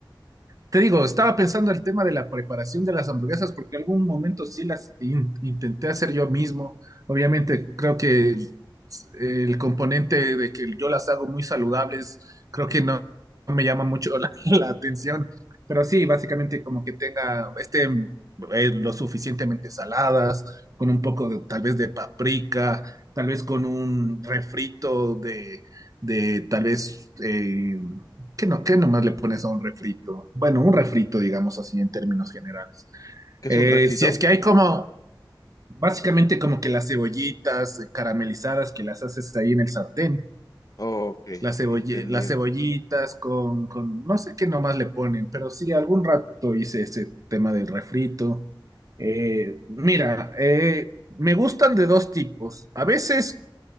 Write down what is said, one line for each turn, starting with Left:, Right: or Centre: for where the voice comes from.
Right: te digo, estaba pensando el tema de la preparación de las hamburguesas porque algún momento sí las in- intenté hacer yo mismo. Obviamente creo que el componente de que yo las hago muy saludables, creo que no no me llama mucho la, <laughs> la atención. Pero sí, básicamente como que tenga, estén eh, lo suficientemente saladas, con un poco de- tal vez de paprika, tal vez con un refrito de, de tal vez... eh, ¿Qué no, qué nomás le pones a un refrito? Bueno, un refrito, digamos así, en términos generales.
Left: ¿Qué es
Right: Eh,
Left: un refrito?
Right: si es que hay como, básicamente como que las cebollitas caramelizadas que las haces ahí en el sartén,
Left: Ok,
Right: las,
Left: ok,
Right: cebolle-
Left: entendido.
Right: las cebollitas con, con, no sé qué nomás le ponen, pero sí, algún rato hice ese tema del refrito. Eh, mira, eh, me gustan de dos tipos. A veces